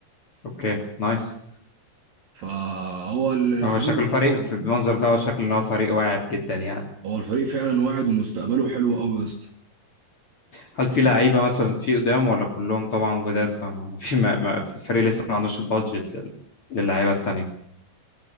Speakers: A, on the left; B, on the right.
A: اوكي نايس
B: فهو ال- الفريق
A: هو شكل
B: استحوذ
A: الفريق في المنظر ده هو شكل ان هو فريق واعد جدا يعني
B: هو الفريق فعلا واعد ومستقبله حلو قوي يا اسطى
A: هل في لعيبة مثلا في قدام ولا كلهم طبعا جداد فما في ما ما في الفريق لسه ما عندوش البادجت لل... للعيبة التانية